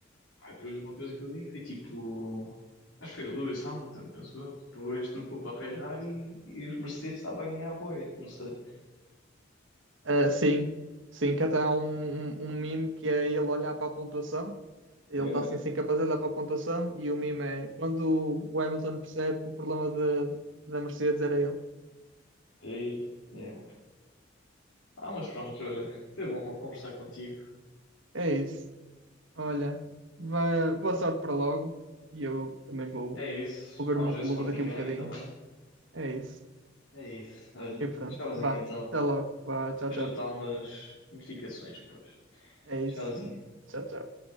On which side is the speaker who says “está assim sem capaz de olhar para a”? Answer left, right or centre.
Right